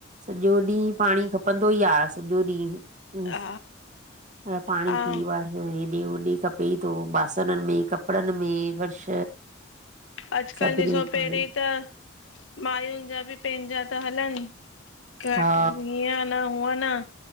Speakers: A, on the right; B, on the left.
A: सॼो ॾींहुं पाणी खपंदो ई आ, सॼो ॾींहुं हं,
B: हा
A: हाणे पाणी
B: हा
A: पी व हेॾे होॾे खपे ई थो, बासणनि में, कपिड़नि में फर्श
B: अॼकल्ह
A: सभिनी
B: ॾिसो,
A: में
B: पहिरीं
A: पाणी
B: त मायुनि जा बि पंहिंजा ता हलनि, घटि
A: हा
B: न हुअं न,